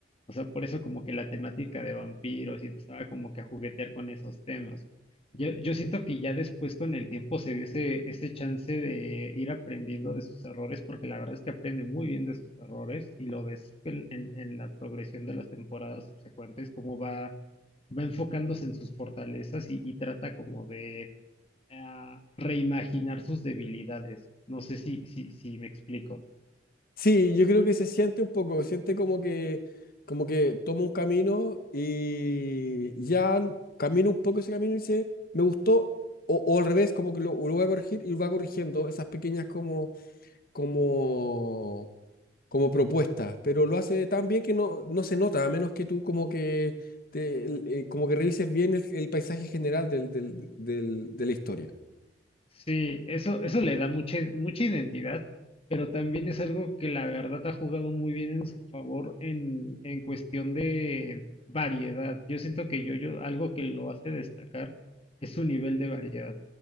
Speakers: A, on the left; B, on the left.
A: O sea, por eso como que la temática de vampiros y empezaba como que a juguetear con esos temas. Yo, yo siento que ya después con el tiempo se dio ese, ese chance de ir aprendiendo de sus errores, porque la verdad es que aprende muy bien de sus errores y lo ves en, en en la progresión de las temporadas subsecuentes, cómo va va enfocándose en sus fortalezas y, y trata como de ah, reimaginar sus debilidades. No sé si, si, si me explico.
B: Sí, yo creo que se siente un poco, siente como que, como que toma un camino y ya l- camina un poco ese camino y dice, me gustó, o, o al revés, como que lo, lo voy a corregir y va corrigiendo esas pequeñas como, como como propuestas, pero lo hace tan bien que no, no se nota, a menos que tú como que te, el- eh, como que revises bien el, el paisaje general del, del- del- de la historia.
A: Sí, eso, eso le da mucha, mucha identidad, pero también es algo que la verdad ha jugado muy bien en su favor en, en cuestión de variedad. Yo siento que yo, yo, algo que lo hace destacar es su nivel de variedad.